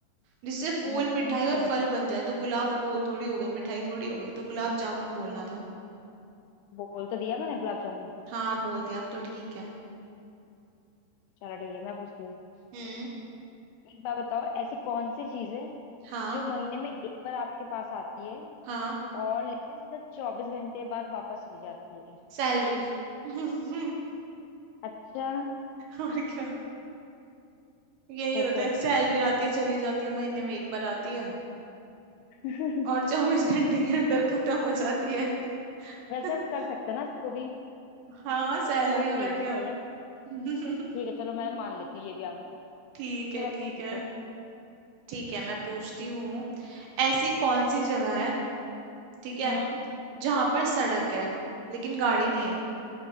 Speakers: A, on the right; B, on the left.
A: जिससे फूल
B: हम्म हम्म
A: मिठाई
B: समझ
A: और फल
B: गया
A: बन जाए तो गुलाब वो थोड़ी हो गया मिठाई थोड़ी हो गई तो गुलाब जामुन बोलना था
B: बोल तो दिया मैंने गुलाब जामुन
A: हाँ बोल दिया अब तो ठीक है
B: चलो ठीक है मैं पूछती हूँ
A: हम्म
B: एक बात बताओ ऐसी कौन सी चीज है
A: हाँ
B: जो महीने में एक बार आपके पास आती है
A: हाँ
B: और लेकिन सिर्फ चौबीस घंटे बाद वापस चली जाती है
A: सैलरी <laughs>
B: अच्छा
A: और क्या यही
B: सोचो
A: होता है सैलरी आती है चली जाती है महीने में एक बार आती है
B: <laughs>
A: और चौबीस घंटे के अंदर खत्म हो जाती है
B: वैसे
A: <laughs>
B: हम कर सकते हैं ना इसको भी
A: हाँ सैलरी
B: बात
A: और
B: तो ये भी सही
A: क्या
B: है
A: <laughs>
B: ठीक है चलो मैं मान लेती हूँ ये भी आंसर
A: ठीक
B: चलो
A: है
B: अब
A: ठीक
B: तुम पूछो
A: है ठीक है मैं पूछती हूँ ऐसी कौन सी जगह है ठीक है
B: हम्म
A: जहां पर सड़क है लेकिन गाड़ी नहीं है